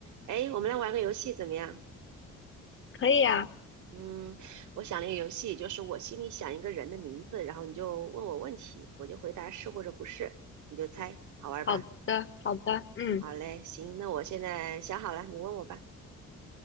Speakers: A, on the right (about 75°); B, on the left (about 40°).
A: 哎，我们来玩个游戏怎么样？
B: 可以啊，
A: 嗯，我想了一个游戏，就是我心里想一个人的名字，然后你就问我问题，我就回答是或者不是，你就猜，好玩吧？
B: 好的，好的，嗯，
A: 好嘞，行，那我现在想好了，你问我吧。